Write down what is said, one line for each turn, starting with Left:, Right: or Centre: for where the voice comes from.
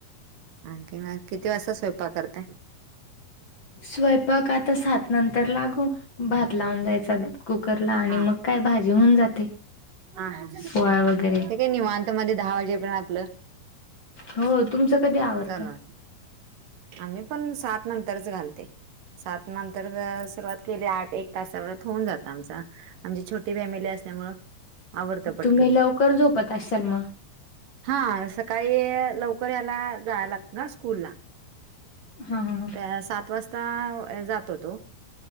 Right: आणखी किती वाजता स्वयंपाक करताय?
Left: स्वयंपाक आता सात नंतर लागू भात लावून द्यायचा ग. कुकरला आणि
Right: हा
Left: मग काय भाजी होऊन जाते.
Right: हा हा, ते
Left: पोळ्या वगैरे
Right: काय निवांत मध्ये दहा वाजेपर्यंत आपलं.
Left: हो तुमचं कधी आवरतं?
Right: चालू असेल आम्ही पण सात नंतरच घालते सात नंतर अ सुरवात. केले आठ एक तासावर होऊन जातं आमचं छोटी फॅमिली अस. त्यामुळ आवरत पटकन.
Left: तुम्ही लवकर झोपत असाल मग
Right: हा, सकाळी. लवकर याला. जायला लागतं ना स्कूलला.
Left: हा हा
Right: त्याला सात वाजता जातो तो.